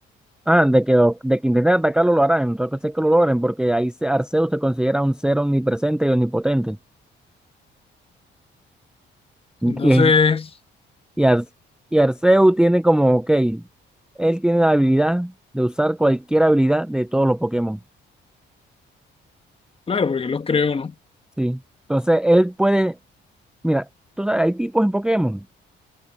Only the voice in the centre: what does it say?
Ah, de que, de que intenten atacarlo lo harán, entonces que lo logren, porque ahí se- Arceus se considera un ser omnipresente y omnipotente.
Y es Y, Ar- y Arceus tiene como, ok, él tiene la habilidad de usar cualquier habilidad de todos los Pokémon.
Sí. Entonces, él puede, mira, tú sabes, hay tipos en Pokémon